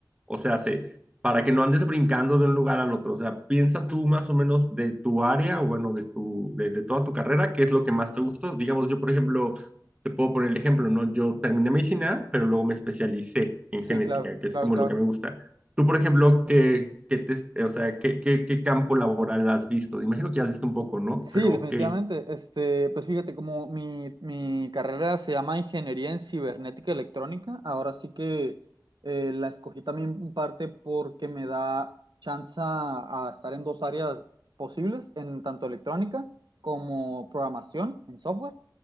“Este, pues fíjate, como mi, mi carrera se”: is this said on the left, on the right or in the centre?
Right